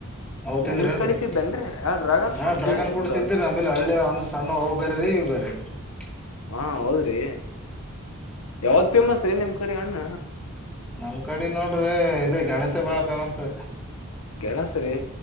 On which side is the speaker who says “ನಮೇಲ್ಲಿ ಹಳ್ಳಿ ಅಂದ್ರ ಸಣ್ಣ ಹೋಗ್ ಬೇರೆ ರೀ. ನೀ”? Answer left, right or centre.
Centre